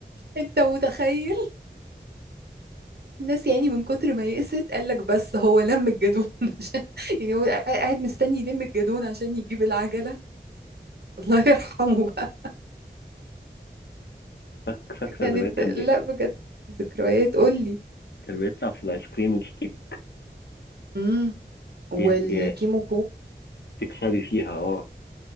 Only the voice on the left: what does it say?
فاك- فاكره
زمان كان
بي...
كان بيطلع في الايس كريم الستيك
ي... ي... تكسبي فيها اه